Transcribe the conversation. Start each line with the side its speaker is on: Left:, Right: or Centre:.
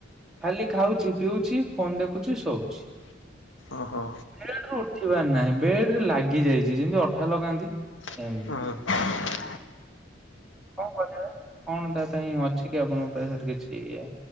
Centre: ଖାଲି ଖାଉଚି ପିଉଛି ଫୋନ୍ ଦେଖୁଛି ଶୋଉଛି।
Left: ଓ ହୋ।
Centre: ବେଡରୁ ଉଠିବାର ନାହିଁ ବେଡରେ ଲାଗି ଯାଇଚି ଯେମତି ଅଠା ଲଗାନ୍ତି।
Left: ହଁ।
Centre: ଏମିତି କଣ କିରିବା? କଣ ତା ପାଇଁ ଅଛି କି ଆପଣଙ୍କ ପାଖରେ କିଛି ଇଏ?